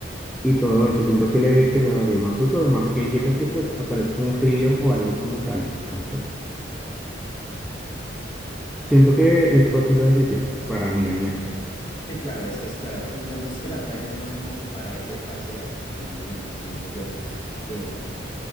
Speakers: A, in the centre; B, on the left.
A: y todo eso. Siento que le, que le daría más uso. Además, quién quita que pues aparezca un río o algo como tal. Entonces, siento que es fácil la decisión, para mí al menos.
B: Sí, claro, es que es claro. Pues digamos es que la playa es más como para ir de paseo que vivir, siento yo, porque,